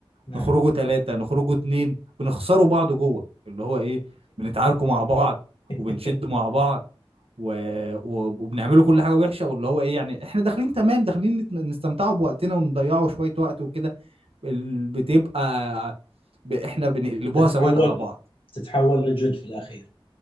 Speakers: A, on the left; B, on the right.
A: نعم
B: نخرجوا ثلاثة نخرجوا اتنين بنخسروا بعض جوه اللي هو ايه بنتعاركوا مع بعض
A: <laughs>
B: وبنشدوا مع بعض و... و... وبنعمله كل حاجه وحشه واللي هو ايه يعني احنا داخلين تمام داخلين نت- نستمتعوا بوقتنا ونضيعوا شويه وقت وكده ال- بتبقى ب... احنا بنقلبوها
A: تتحول
B: سواد على بعض
A: تتحول لجد في الاخير